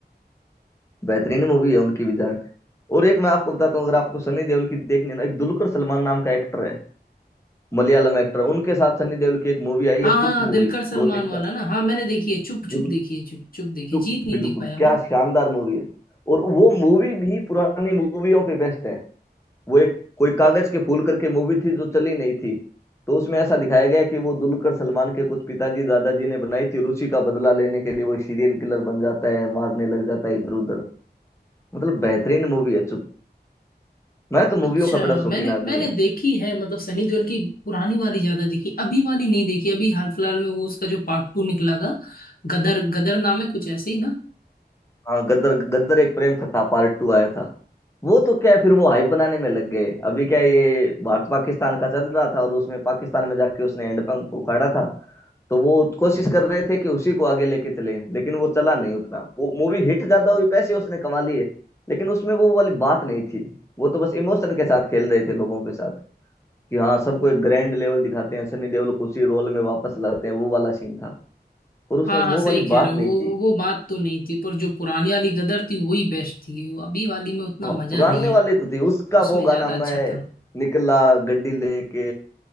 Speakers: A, on the left; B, on the left.
A: बेहतरीन मूवी है उनकी भी जाट और एक मैं आपको बताता हूँ अगर आपको सनी देओल की देखनी है ना एक दुलकर सलमान नाम का एक्टर है मलयालम एक्टर उनके साथ सनी देओल की एक मूवी आई
B: हाँ
A: है चुप
B: हाँ दिलकर
A: मूवी
B: सलमान
A: दो तीन से
B: वाला ना हाँ मैंने देखी है चुप चुप
A: दुल
B: देखी है चुप चुप देखी
A: चुप
B: है, जीत नहीं
A: बिल्कुल
B: देख पाया
A: क्या
B: मैं
A: शानदार मूवी है और वो मूवी भी पुरानी मूवियों पे बेस्ट है वो एक कोई कागज के फूल करके मूवी थी जो चली नहीं थी तो उसमें ऐसा दिखाया गया कि वो दुलकर सलमान के कुछ पिताजी दादाजी ने बनाई थी और उसी का बदला लेने के लिए वो सीरियल किलर बन जाता है मारने लग जाता है इधर उधर मतलब बेहतरीन मूवी है चुप मैं तो मूवियों
B: अच्छा
A: का बड़ा
B: मैंने
A: शौकीन आदमी
B: मैंने
A: हूँ
B: देखी है मतलब सनी देओल की पुरानी वाली ज्यादा देखी अभी वाली नहीं देखी अभी हाल फिलहाल में वो उसका जो पार्ट टू निकला था गदर गदर नाम है कुछ ऐसे ही ना
A: हाँ गदर गदर एक प्रेम कथा पार्ट टू आया था वो तो क्या है फिर वो हाइप बनाने में लग गए अभी क्या है, ये भारत पाकिस्तान का चल रहा था और उसमें पाकिस्तान में जाके उसने हैंडपंप उखाड़ा था तो वो कोशिश कर रहे थे कि उसी को आगे लेके चले लेकिन वो चला नहीं उतना वो मूवी हिट ज्यादा हुई पैसे उसने कमा लिए लेकिन उसमें वो वाली बात नहीं थी वो तो बस इमोशन के साथ खेल रहे थे लोगों के साथ कि हाँ सबको एक ग्रैंड लेवल दिखाते हैं सनी देओल को उसी रोल में वापस लाते हैं वो वाला सीन था और उसमें
B: हाँ हाँ
A: वो
B: सही
A: वाली
B: कह
A: बात
B: रहे हो
A: नहीं
B: वो
A: थी
B: वो बात तो नहीं थी पर जो पुरानी वाली गदर थी वही बेस्ट थी वो अभी वाली में उतना
A: हाँ
B: मजा
A: पुराने
B: नहीं है
A: वाले तो थे उसका
B: उसमें
A: वो गाना
B: ज्यादा
A: मैं
B: अच्छा था
A: निकला गड्डी लेके